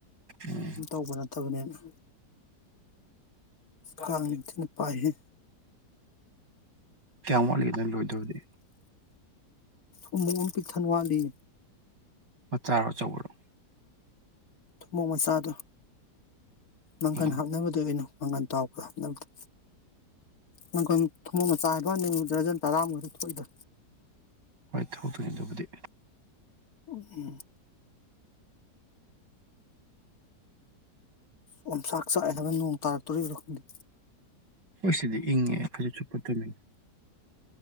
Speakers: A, on the right (about 85°); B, on the left (about 55°).
A: ꯎꯝ
B: ꯎ ꯇꯧꯕ ꯅꯠꯇ ꯐꯠꯇꯕꯅꯦꯅ ꯀꯥꯡ ꯅꯤꯡꯊꯤꯅ ꯄꯥꯏꯍꯦ
A: ꯀꯌꯥꯝ ꯋꯥꯠꯂꯤꯒꯦꯗꯪ ꯂꯣꯏꯗꯕꯗꯤ
B: ꯑꯃꯨꯛ ꯑꯃꯨ ꯄꯤꯛꯊꯟꯋꯥꯠꯂꯤ
A: ꯍ ꯆꯥꯔꯣ ꯑꯆꯧꯕꯔꯣ
B: ꯊꯨꯃꯣꯛ ꯃꯆꯥꯗꯣ ꯃꯪꯀꯟ
A: ꯎꯝ
B: ꯍꯥꯞꯅꯕꯗꯅꯣ ꯃꯪꯒꯟ ꯇꯥꯎꯕ ꯍꯥꯅꯕꯗ ꯅꯪꯈ ꯊꯣꯡꯃꯣꯛ ꯃꯆꯥ ꯍꯥꯏꯕ ꯅ ꯗ꯭ꯔꯖꯟ ꯇꯔꯥꯃꯔ ꯊꯣꯛꯏꯗ
A: ꯍꯣꯏ ꯊꯕꯛ ꯇꯨꯁꯤꯟꯗꯕꯨꯗꯤ
B: ꯎꯝ ꯑꯣꯟꯁꯥꯛ ꯆꯥꯛꯑꯦ ꯍꯥꯏꯕ ꯅꯣꯡ ꯇꯔꯥꯛ ꯇꯧꯔꯤꯕ ꯈꯪꯗ
A: ꯍꯣꯏ ꯁꯤꯗꯤ ꯏꯪꯉꯦ ꯈꯖꯤ ꯁꯨꯞꯄ ꯇꯣꯝꯃꯤꯅꯤ